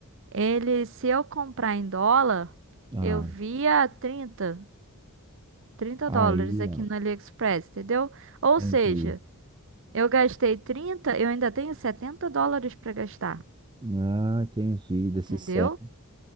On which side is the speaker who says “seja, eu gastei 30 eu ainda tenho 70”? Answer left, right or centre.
Right